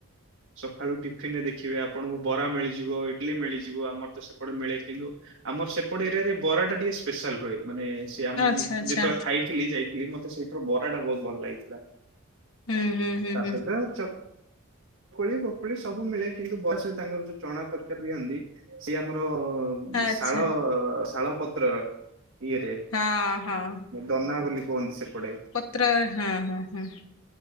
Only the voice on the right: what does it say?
ସକାଳୁ ଟିଫିନ ରେ ଦେଖିବେ ଆପଣଙ୍କୁ ବରା ମିଳିଯିବ ଇଟିଲି ମିଳିଯିବ ଆମର ତ ସେପଟେ ମିଳେ କିନ୍ତୁ ଆମର ସେପଟ ଏରିଆରେ ବରା ଟା ଟିକେ ସ୍ପେଶାଲ ରୁହେ ମାନେ ସେ ଆମୁ
ଯେତେବେଳେ ଖାଇ ବୁଲି ଯାଇଥିଲି ମତେ ସେଇଥର ବରା ଟା ବହୁତ୍ ଭଲ ଲାଗିଥିଲା
ତା
ସହିତ ଚପ୍। ଖୋଳି ପୋକୋଳି ସବୁ ମିଳେ କିନ୍ତୁ ବୟସ ତାଙ୍କର ଯୋଉ ଚଣା ତରକାରୀ ଦିଅନ୍ତି ସିଏ ଆମର
ଶାଳ ଶାଳ ପତ୍ରର ଇଏରେ
ଦନା ବୋଲି କୁହନ୍ତି ସେପଟେ